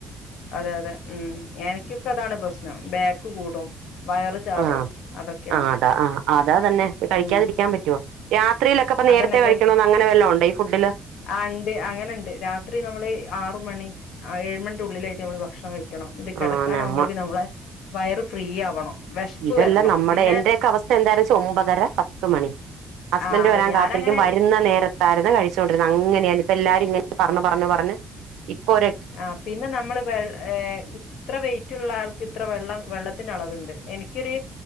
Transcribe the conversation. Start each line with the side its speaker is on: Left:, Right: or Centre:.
Left: അതെ അതെ ഉം എനിക്കൊക്കെ അതാണ് പ്രശ്നം ബാക്ക് കൂടും വയറ് ചാടും
Right: അ
Left: അതൊക്കെയാണ്
Right: ആ അതാ ആ അതാ തന്നെ കഴിക്കാതിരിക്കാൻ
Left: ഉം
Right: പറ്റോ രാത്രിയിലൊക്കെ ഇപ്പ നേരത്തെ
Left: അതന്നെ
Right: കഴിക്കണോന്ന് അങ്ങനെ വല്ലാം ഉണ്ടോ ഈ ഫുഡില്
Left: ആ ഇണ്ട് അങ്ങനെയുണ്ട് രാത്രി നമ്മള് ആറ മണി ഏഴ് മണി ഉള്ളിലായിട്ട് നമ്മള് ഭക്ഷണം കഴിക്കണം ണം ന്നട്ട്
Right: ആഹ്
Left: കിടക്കാനാവകുമ്പോഴേക്കും
Right: നമ്മ
Left: നമ്മളെ വയറ് ഫ്രീ ആവണം വിശപ്പ്
Right: ഇതെല്ല
Left: വരണം
Right: ന്നമ്മടെ
Left: പിന്നെ
Right: എന്റെയൊക്കെ അവസ്ഥ എന്താരെച്ചാ ഒമ്പതര പത്ത് മണി ഹസ്ബൻ്റ്
Left: ആ അതെ
Right: വെരാൻ
Left: ഞാനങ്ങനെ
Right: കാത്തിരിക്കും വരുന്ന
Left: ഇ
Right: നേരത് മര്ന്ന്കഴിച്ചോണ്ടിര്ന്നെ അങ്ങനെയാണ് ഇപ്പ എല്ലാരും ഇങ്ങനെ പറഞ്ഞു പറഞ്ഞു പറഞ്ഞു ഇപ്പൊര്
Left: ആഹ് പിന്നെ ന്നമ്മള് വെൾ ഏ ഇത്ര വെയിറ്റുള്ള ആൾക്ക് ഇത്ര വെള്ളം വെള്ളത്തിൻ്റ അളവുണ്ട് എനി എനിക്കൊരു